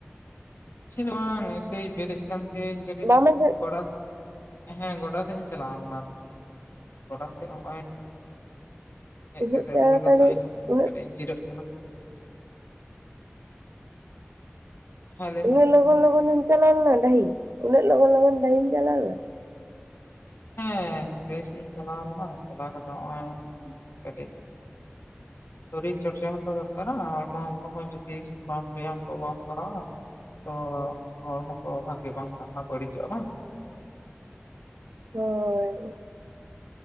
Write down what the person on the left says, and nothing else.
ᱪᱮᱫ ᱦᱚ ᱵᱟᱝ ᱮᱭ ᱥᱮᱭ ᱵᱮᱨᱮᱫ ᱠᱟᱱ ᱛᱟᱦᱮᱱᱹᱧ ᱠᱟᱹᱴᱤᱡ
ᱜᱚᱰᱟ ᱦᱮᱸ ᱜᱚᱰᱟ ᱥᱮᱫ ᱤᱧ ᱪᱟᱞᱟᱣ ᱞᱮᱱᱟ ᱜᱳᱰᱟ ᱥᱮᱫ ᱦᱚᱸᱜᱼᱚᱭ ᱦᱮᱡ
ᱠᱟᱛᱮᱜ
ᱨᱩᱣᱟᱹᱲ ᱠᱟᱛᱮᱜ ᱤᱧ
ᱠᱟᱹᱴᱤᱡ ᱤᱧ ᱡᱤᱨᱟᱹᱜ ᱠᱟᱱᱟ <inaudible> ᱦᱮᱸ ᱞᱟᱹᱭ
ᱢᱮ
ᱦᱮᱸ ᱵᱮᱥ ᱤᱧ ᱪᱟᱞᱟᱣ ᱞᱮᱱᱟ ᱪᱟᱞᱟᱣ ᱠᱟᱛᱮᱜ ᱱᱚᱜᱼᱚᱭ ᱠᱟᱹᱴᱤᱡ
ᱥᱚᱨᱤᱨ ᱪᱚᱨᱪᱟ ᱦᱚᱸᱛᱚ ᱫᱚᱨᱠᱟᱨᱟ ᱦᱚᱲᱢᱚ ᱠᱚ ᱦᱚ ᱡᱚᱫᱤ ᱵᱟᱝ ᱵᱮᱭᱟᱢ ᱠᱚ ᱵᱟᱢ ᱠᱚᱨᱟᱣᱟ ᱛᱚ ᱦᱚᱲᱢᱚ ᱠᱚ ᱵᱷᱟᱜᱮ ᱵᱟᱝ ᱛᱟᱦᱮᱱᱟ ᱵᱟᱹᱲᱤᱡᱚᱜᱼᱟ ᱵᱟᱝ